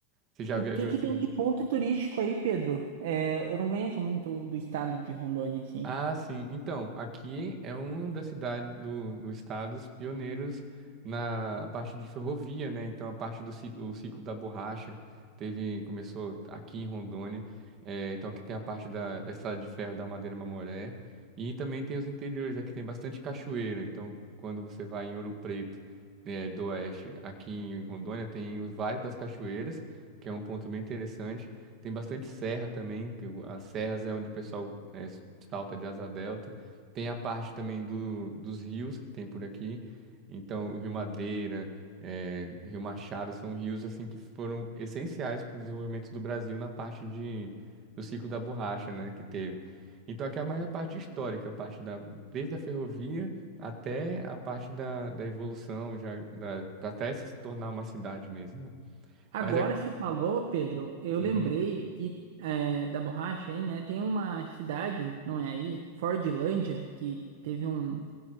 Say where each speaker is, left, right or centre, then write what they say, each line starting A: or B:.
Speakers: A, on the right; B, on the right.
A: Você já
B: O
A: viajou
B: que que
A: assim
B: tem de ponto turístico aí, Pedro? É, eu não conheço muito do estado de Rondônia, assim.
A: Ah, sim. Então, aqui é um das cidades do, dos estados pioneiros na parte de ferrovia, né? Então, a parte do ci- o ciclo da borracha teve começou aqui em Rondônia. Eh, então, aqui tem a parte da, da estrada de ferro da Madeira Mamoré e também tem os interiores. Aqui tem bastante cachoeira. Então, quando você vai em Ouro Preto, eh, do oeste, aqui em Rondônia tem o Vale das Cachoeiras, que é um ponto bem interessante. Tem bastante serra também, que o- as serras é onde o pessoal é, Salta de Asa Delta. Tem a parte também do, dos rios que tem por aqui. Então, o Rio Madeira, é, Rio Machado são rios assim que foram essenciais para o desenvolvimento do Brasil na parte de, do ciclo da borracha, né, que teve. Então, aqui é mais a parte histórica, a parte da, desde a ferrovia até a parte da, da evolução, já, da- até se tornar uma cidade mesmo, né?
B: Agora
A: Mas é,
B: você falou, Pedro, eu
A: Uhum,
B: lembrei que é, da borracha aí, né? Tem uma cidade, não é aí? Fordlândia, que teve um